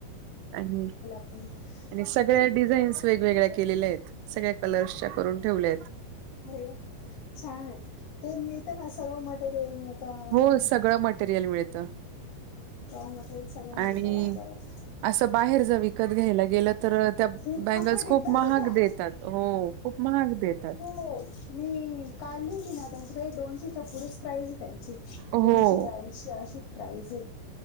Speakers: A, on the right; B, on the left.
A: आणि-
B: ह.
A: आणि सगळ्या डिझाईन्स वेगवेगळ्या केलेल्यायेत. सगळ्या कलर्सच्या करून ठेवल्याएत.
B: अरे वा! छानएत. ते मिळते ना? सर्व मटेरियल मिळते. <unintelligible> रॉ
A: हो, सगळं मटेरियल मिळतं
B: मटेरियल सगळं
A: आणि
B: मिळतं बाजारात.
A: असं बाहेर जर विकत घ्यायला गेलं तर त्या
B: खूप
A: बँगल्स
B: महाग आहेत
A: खूप
B: बर
A: महाग
B: का त्या
A: देतात, हो खूप महाग देतात.
B: हो मी काढली होती ना त्यांची प्राईज, दोनशेच्या पुढेच प्राईजे. त्यांची
A: हो,
B: दोनशे, अडीचशे, अशी प्राईजे.